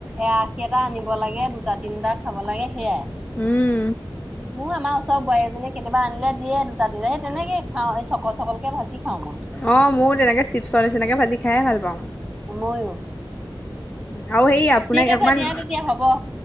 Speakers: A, in the centre; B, on the left.
A: এআশী এটা আনিব লাগে দুটা তিনটা- খাব লাগে সেয়াই।
B: উম,
A: মোৰ আমাৰ ওচৰ- ওচৰ বোৱাৰীজনী কেতিয়াব আনিলে দিয়ে দুটা দিল সেই তেনেকে খাওঁ এই চকল চকলকে ভাজি খাওঁ মই।
B: অঁ মোৰো তেনেকে চিপচৰ নিচিনাকে ভাজি খাইে ভাল পাওঁ।
A: ময়ো।
B: আৰু সেই আপোনাক
A: ঠিক আছে
B: অকমান
A: দিয়া তেতিয়া হ'ব